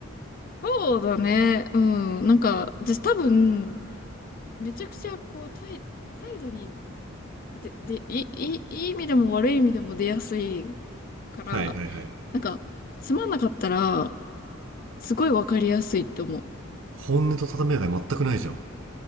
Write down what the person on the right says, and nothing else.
はいはいはい。
本音と建前が全くないじゃん。